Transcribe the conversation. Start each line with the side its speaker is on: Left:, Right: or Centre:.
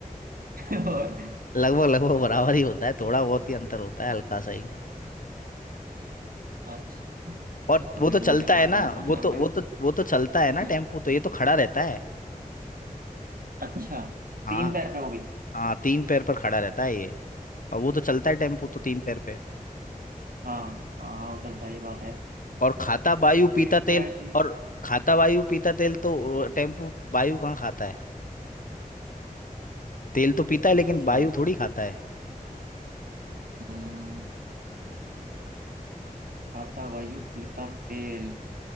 Right: <laughs> और
Left: लगभग लगभग बराबर ही होता है थोड़ा बहुत ही अंतर होता है हल्का सा ही
Right: अच्छा
Left: और
Right: तो
Left: वो
Right: फिर
Left: तो चलता
Right: मुझे कुछ
Left: है
Right: और
Left: ना
Right: सोचना
Left: वो तो
Right: पड़ेगा
Left: वो तो वो तो चलता है ना
Right: हम्म
Left: टेम्पू तो ये तो खड़ा रहता है
Right: अच्छा
Left: हाँ
Right: तीन पैर पे वो भी
Left: हाँ तीन पैर पर खड़ा रहता है ये और वो तो चलता है टेम्पू तो तीन
Right: हाँ
Left: पैर पे
Right: हाँ हाँ वो चलता है ये बात है
Left: और खाता वायु
Right: तो
Left: पीता
Right: तीन पैर
Left: तेल
Right: की
Left: और खाता वायु पीता तेल तो टेम्पू वायु कहाँ खाता है तेल तो पीता है
Right: अच्छा
Left: लेकिन वायु थोड़ी खाता है
Right: हम्म खाता वायु पीता तेल